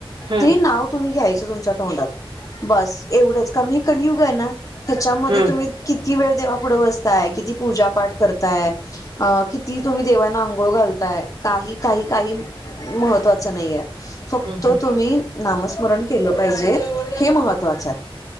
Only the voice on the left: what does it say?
ते नाव तुम्ही घ्यायच तुमच्या तोंडात बस एवढंच का कलुग आहे ना त्याच्यामध्ये
तुम्ही
किती वेळ देवा पुुढं बसताय किती पूजा पाठ करताय अ किती तुम्ही देवांना आंघोळ घालताय काही काही काही महत्त्वाचं नाही आहे फक्त
तुम्ही नामस्कार स्मरण केलं पाहिजे हे महत्वाचं आहे